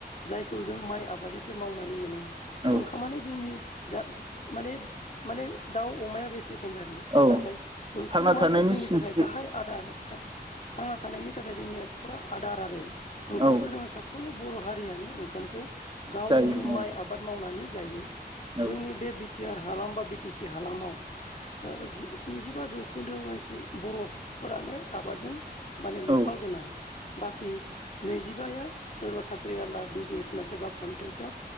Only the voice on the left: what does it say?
जायखौ जों माइ आबादनिफ्राय मावनानै मोनो
ओंखामानो जोंनि जा माने माने दाउ अमाया बे से केनदारि
नाथाय ओंखामा
जोंनि
थाखाय गाहाय आदार थां-थांना थानायनि थाखाय जोंनि फुरा आदार आरो ओंखामखौ
जों साफ साफ्रोमबो बर' हारियानो ओंखामखौ गावनो
माइ आबाद मावनानै जायो। जोंनि
बे बिथ बि टि आर हालाम बा बिटि सि हालामाव ओ जिस्निजौ बाजौ खोन्दो बायस बे बर'फोरानो आबादजों माने लोब्बा
गोनां बाखि नैजिबाया सोरबा साद साख्रियाला बिजनेसमेन सोरबा कन्टेक्दार